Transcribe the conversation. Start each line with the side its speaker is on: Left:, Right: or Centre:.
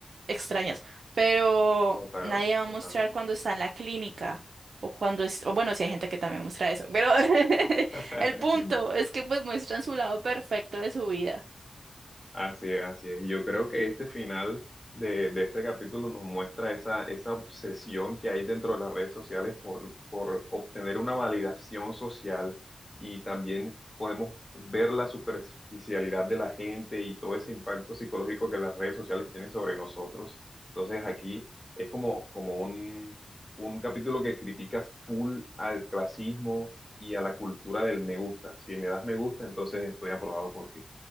Right: extrañas, pero
Left: Total,
Right: nadie va a
Left: totalmente.
Right: mostrar cuando está en la clínica o cuando es, o bueno, sí hay gente que también muestra eso, pero <laughs>
Left: <laughs>
Right: el punto es que pues muestran su lado perfecto de su vida.
Left: Así es, así es. Y Yo creo que este final de, de este capítulo nos muestra esa, esa obsesión que hay dentro de las redes sociales por, por obtener una validación social y también podemos ver la superficialidad de la gente y todo ese impacto psicológico que las redes sociales tienen sobre nosotros. Entonces aquí es como, como un, un capítulo que critica full al clasismo y a la cultura del me gusta. Si me das me gusta, entonces estoy aprobado por ti.